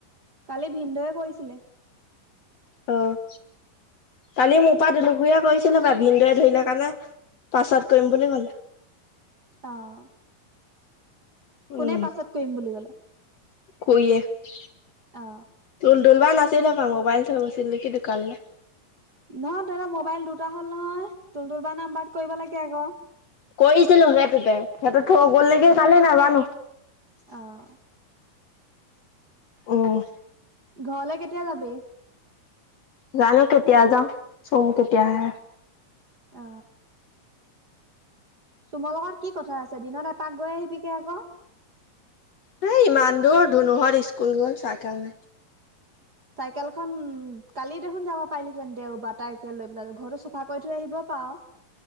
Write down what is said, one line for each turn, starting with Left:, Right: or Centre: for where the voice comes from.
Right: কালি ভিন্দৌৱে কৰিছিলে।
Left: অহ্। কালি মোৰপৰা দুলো খুৰীয়ে কৰিছিলে বাও। ভিন্দৌৱে ধৰিলে কাৰণে পাছত কৰিম বুলি ক'লে।
Right: অঁ'।
Left: উম
Right: কোনে পাছত কৰিম বুলি ক'লে?
Left: খুৰীয়ে।
Right: অ
Left: তুল তুলবা নাছিলে হপাই মোবাইল থই গৈছিল নেকি দোকানলে?
Right: নহয় তাহাঁতৰ মোবাইল দুটা হ'ল নহয়। তুল তুলবা নাম্বাৰত কৰিব লাগে আক'।
Left: কৰিছিলো সেইটোতে। সেইটো থই গ'ল নেকি কালি নাজানোঁ।
Right: অঁ।
Left: উম।
Right: ঘৰলে কেতিয়া যাবি?
Left: জানো কেতিয়া যাওঁ। চুম কেতিয়া আহে।
Right: অ চুমৰ লগত কি কথা আছে। দিনত এপাক গৈ আহিবিকে আক'।
Left: হেই ইমান দূৰ, ধুনুহঁত স্কুল গ'ল চাইকেল নাই।
Right: চাইকেলখন, কালি দেখোন যাব পাৰিলি হেঁতেন দেইবাৰ। তাইকে লৈ পেলাই ঘৰতো চফা কৰি থৈ আহিব পাৱ।